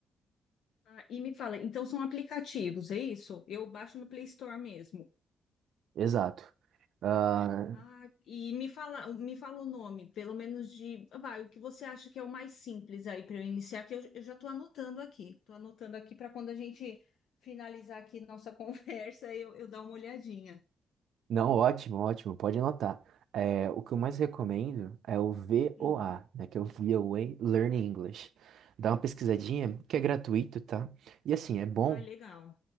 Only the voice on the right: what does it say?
Exato. Ah,
Não, ótimo, ótimo, pode anotar. É, o que eu mais recomendo é o VOA,
né, que é o VOA Learn English. Dá uma pesquisadinha, que é gratuito, tá? E assim, é bom,